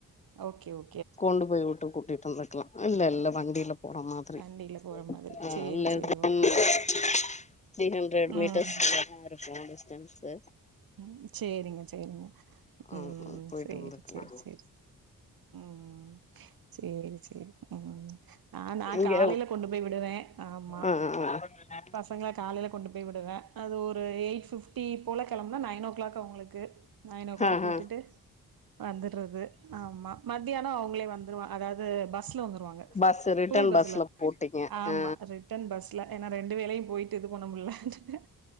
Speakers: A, on the right; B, on the left.
A: ஓகே ஓ
B: கொண்டு போய் விட்டு கூட்டிட்டு வந்துக்கலாம் இல்ல இல்ல வண்டில போற மாதிரி
A: வண்டில போற மாதிரி
B: ம்
A: சேரி
B: இல்ல
A: சேரி
B: <inaudible>
A: ஓகே ஓகே
B: த்ரி ஹண்ட்ரட்
A: ம்
B: மீட்டர்ஸ்லதா இருக் ஓன் டிஸ்டன்ஸு
A: ம் சேரிங்க சேரிங்க
B: ஆ
A: ம்
B: போயிட்டு
A: சேரி
B: வந்துக்கலா
A: சேரி சேரி ம் ம் ம் செரி செரி ம் ஆ நான்
B: இங்க
A: காலையில கொண்டு போய் விடுவேன் ஆமா
B: ஆ ஆ ஆ
A: பசங்கல காலையில கொண்டு போய் விடுவேன் அது ஒரு எயிட் ஃபிப்டி போல கெளம்பனா நைன் ஓ கிளாக் அவங்களுக்கு நைன் ஓ கிளாக்
B: ஆ
A: விட்டுட்டு
B: ஆ
A: வந்துறது ஆமா மத்தியானம் அவங்களே வந்துருவா இது பஸ்ல வந்துருவாங்க ஸ்கூல்
B: பஸ் ரிட்டன்
A: பஸ்ல
B: போட்டீங்க
A: ஆமா
B: ஆ
A: ரிட்டன் பஸ்ல ரெண்டு வேலயு போய்ட்டு போனமுல்லன்ட்டு